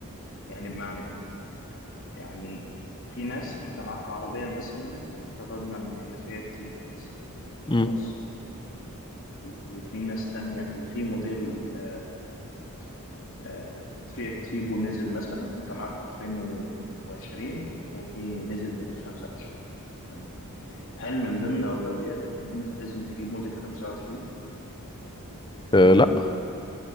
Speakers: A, on the left; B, on the left.
A: يعني بمعنى إيه؟ يعني في ناس أنت معاك عربية مثلا افترضنا إن هي فيها تيبو مثلا
B: مم.
A: خلاص وفي ناس تانية وفي موديل آه، آه، فيات تيبو نزل مثلا انت معاك 2020 وفي نزل موديل 25 تمام هل من ضمن اولوياتك ان انت لازم تجيب موديل 25
B: أه لا